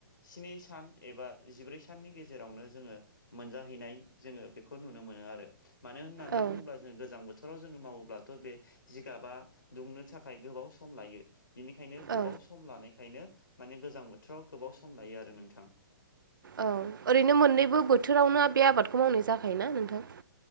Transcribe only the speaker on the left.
स्नि सान एबा जिब्रै साननि गेजेरावनो जोङो मोनजाहैनाय जोङो बेखौ नुनो मोनो आरो मानो होननानै
बुङोब्ला जों गोजां बोथोराव जोङो मावोब्लाथ' बे जिगाबा दुंनो थाखाय गोबाव सम लायो बिनिखायनो गोबाव
सम लानायखायनो माने गोजां बोथोराव गोबाव सम लायो आरो नोंथां